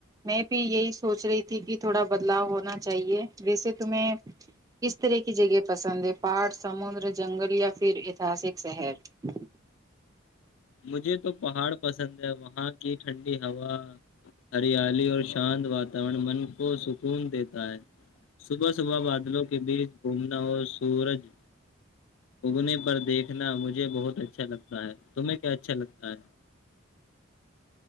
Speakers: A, on the right; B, on the left.
A: میں بھی یہی سوچ رہی تھی کہ تھوڑا بدلاؤ ہونا چاہیے ویسے تمہیں کس طرح کی جگہ پسند ہے پہاٹ سمندر جنگل یا پھر ایتہاسک شہر <unintelligible>
B: مجھے تو پہاڑ پسند ہے وہاں کی ٹھنڈی ہوا ہریالی اور شانت واتاورن من کو سکون دیتا صبح صبح بادلوں کے بیچ گھومنا اور سورج اگنے پر دیکھنا مجھے بہت اچھا لگتا ہے تمہیں کیا اچھا لگتا ہے